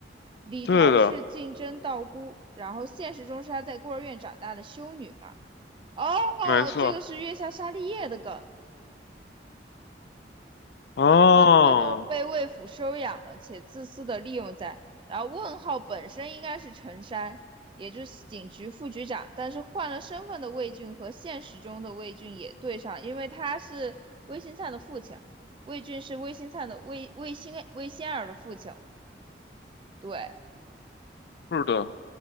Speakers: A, on the right; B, on the left.
A: 李桃是竞争道姑，
B: 对的，
A: 然后现实中是她在孤儿院长大的修女嘛。哦，
B: 没错，
A: 这个是月下沙利叶的梗，
B: 啊，
A: 然后最后被魏府收养了，且自私的利用在。然后问号本身应该是陈山，也就是警局副局长，但是换了身份的魏俊和现实中的魏俊也对上，因为他是魏新灿的父亲，魏俊是魏新灿的魏魏新魏仙儿的父亲，对。
B: 是的，